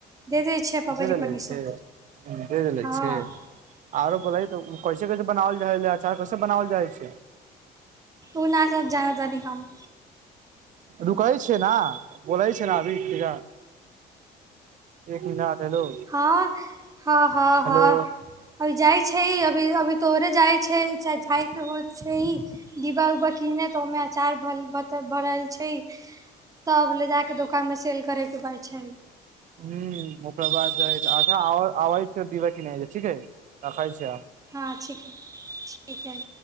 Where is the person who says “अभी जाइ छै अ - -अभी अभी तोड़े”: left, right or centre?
Right